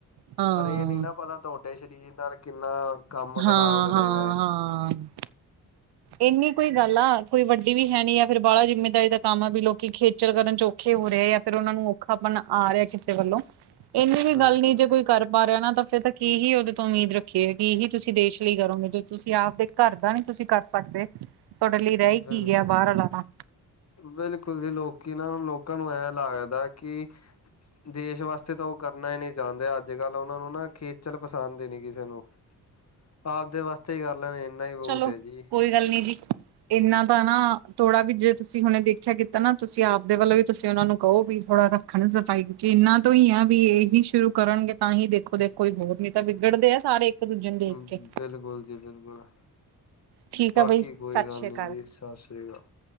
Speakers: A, on the right (about 80°); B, on the left (about 40°).
A: ਹਾਂ
B: ਪਰ ਏ ਨੀ ਨਾ ਪਤਾ ਤੋਡੇ ਸ਼ਰੀਰ ਨਾਲ ਕਿੰਨਾ ਕੰਮ
A: ਹਾਂ
B: ਖਰਾਬ ਕਰੇਗਾ
A: ਹਾਂ
B: ਏ।
A: ਹਾਂ। ਇੰਨੀ ਕੁ ਈ ਗੱਲ ਆ ਕੋਈ ਵੱਡੀ ਵੀ ਹੈ ਨੀ ਯਾ ਫੇਰ ਬਾਲਾ ਜਿੰਮੇਦਾਰੀ ਦਾ ਕੰਮ ਆ ਵੀ ਲੋ ਕਿ ਖੇਚਲ ਕਰਨ ਚ ਔਖੇ ਹੋ ਰਏ ਆ ਯਾ ਫਿਰ ਓਨੂੰ ਔਖਾਪਨ ਆ ਰਿਆ ਕਿਸੇ ਵੱਲੋਂ ਏਨੀ ਵੀ
B: ਬਿਲਕੁਲ-ਬਿਲਕੁਲ
A: ਗੱਲ ਨੀ ਜੇ ਕੋਈ ਕਰ
B: ਜੀ।
A: ਪਾ ਰਿਆ ਨਾ ਤਾਂ ਫਿਰ ਤੇ ਕੀ ਹੀ ਓਦੇ ਤੋਂ ਉਮੀਦ ਰੱਖੀਏ ਕਿ ਹੀ ਤੁਸੀਂ ਦੇਸ਼ ਲਈ ਕਰੋਗੇ ਜਦੋਂ ਤੁਸੀਂ ਆਵਦੇ ਘਰ ਦਾ ਨੀ ਤੁਸੀਂ ਕਰ ਸਕਦੇ ਤੁਆਡੇ ਲਈ ਰੈ
B: ਬਿਲਕੁਲ
A: ਈ ਕੀ ਗਿਆ ਬਾਰ
B: ਜੀ,
A: ਆਲਾ ਤਾਂ
B: ਬਿਲਕੁਲ ਜੀ ਲੋਕੀ ਨਾ ਲੋਕਾਂ ਨੂੰ ਐਂ ਲੱਗਦਾ ਕਿ ਦੇਸ਼ ਵਾਸਤੇ ਤਾਂ ਓ ਕਰਨਾ ਈ ਨੀ ਚਾਂਦੇ ਅੱਜ-ਕੱਲ ਓਨਾ ਨੂੰ ਨਾ ਖੇਚਲ ਪਸੰਦ ਈ ਨੀ ਕਿਸੇ ਨੂੰ
A: <inaudible>
B: ਆਵਦੇ ਵਾਸਤੇ ਈ ਕਰ ਲੈਨ ਇੰਨਾ ਈ ਬੋਤ
A: ਚਲੋ
B: ਐ ਜੀ।
A: ਕੋਈ ਗੱਲ ਨੀਂ ਜੀ। ਏਨਾਂ ਦਾ ਨਾ ਥੋੜਾ ਵੀ ਜੇ ਤੁਸੀਂ ਹੁਨੇ ਦੇਖੇਆ ਕੀਤਾ ਨਾ ਤੁਸੀਂ ਆਵਦੇ ਵੱਲੋਂ ਵੀ ਤੁਸੀਂ ਓਨਾ ਨੂੰ ਕਓ ਵੀ ਥੋੜਾ ਰੱ ਖਨ ਸਫਾਈ ਕਿਓਂਕੇ ਏਨਾਂ ਤੋਂ ਈ ਆ ਵੀ ਏਹੀ ਸ਼ੁਰੂ ਕਰਨਗੇ ਤਾਂ ਹੀ ਦੇਖੋ-ਦੇਖੋ ਕੋਈ ਹੋਰ ਨਈਂ ਤਾਂ ਵਿਗੜਦੇ ਆ ਸਾਰੇ। ਦੂਜੇ ਨੂੰ ਦੇਖ
B: ਹੂੰ,
A: ਕੇ
B: ਬਿਲਕੁਲ ਜੀ ਬਿਲਕੁਲ।
A: ਠੀਕ
B: ਬਾਕੀ
A: ਆ ਬਈ ਸਤਿ
B: ਕੋਈ ਗੱਲ
A: ਸ੍ਰੀ
B: ਨੀ
A: ਅਕਾਲ।
B: ਜੀ ਸਾਸ੍ਰੀ ਕਾਲ।